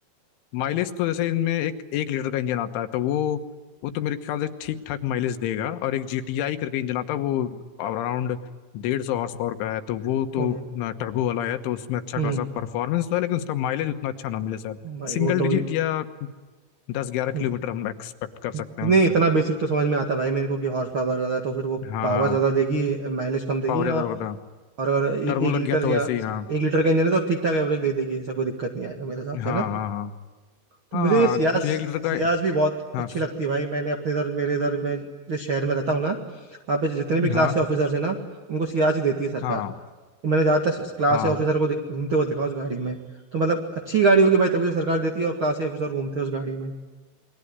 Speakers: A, on the left; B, on the right.
A: माइलेज तो जैसे इनमें एक एक लीटर का इंजन आता है तो वो वो तो मेरे ख्याल से ठीक ठाक माइलेज देगा और एक जी टी आई करके इंजन आता है वो अराउंड डेढ़ सौ हॉर्स पावर का है तो वो तो
B: हम्म
A: टर्बो वाला है तो उसमें अच्छा
B: हम्म,
A: खासा परफॉर्मेंस तो है लेकिन उसका माइलेज उतना अच्छा ना मिले शायद
B: भाई
A: सिंगल
B: वो तो
A: डिजिट या दस ग्यारह
B: हम्म,
A: किलोमीटर हम एक्सपेक्ट कर सकते
B: नहीं
A: हैं उससे
B: इतना बेसिक तो समझ में आता है भाई मेरे को कि हॉर्स पावर ज़्यादा है तो फिर वो
A: हाँ
B: पावर
A: हाँ
B: ज़्यादा देगी माइलेज कम देगी
A: पावर
B: और
A: ज्यादा होगा था
B: और अगर ए,
A: टर्बो
B: एक
A: लग
B: लीटर
A: गया तो
B: या
A: वैसे ही हाँ
B: एक लीटर का इंजन है तो ठीक ठाक एवरेज दे देगी ऐसा कोई दिक्कत नहीं आएगा मेरे
A: हाँ
B: हिसाब से ना
A: हाँ हाँ
B: तो
A: हाँ
B: मुझे
A: हाँ,
B: ये सियास
A: जो एक लीटर
B: सियास
A: का
B: भी बहुत अच्छी
A: हाँ स-
B: लगती है भाई मैंने अपने इधर मेरे इधर मैं जिस शहर में रहता हूँ ना वहाँ पे जितने भी क्लास
A: हाँ
B: के ऑफिसर्स हैं ना उनको सियास ही देती है सरकार
A: हाँ
B: तो मैंने ज़्यादातर क्लास
A: हाँ
B: के ऑफिसर को देख- घूमते हुए देखा उस गाड़ी में तो मतलब अच्छी गाड़ी होगी भाई तभी तो सरकार देती है और क्लास के ऑफिसर घूमते हैं उस गाड़ी में